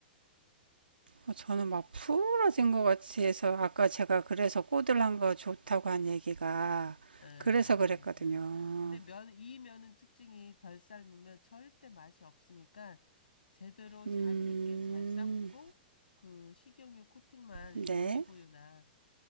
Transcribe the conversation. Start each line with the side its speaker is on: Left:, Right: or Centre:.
Right: 어, 저는 막 풀어진 것 같이 해서 아까 제가 그래서 꼬들한 거 좋다고 한 얘기가
Left: 음,
Right: 그래서 그랬거든요.
Left: 음. 근데 면, 이 면은 특징이 덜 삶으면 절대 맛이 없으니까 제대로 잘
Right: 음,
Left: 익게 잘 삶고 그 식용유 코팅만
Right: 네,
Left: 올리브유나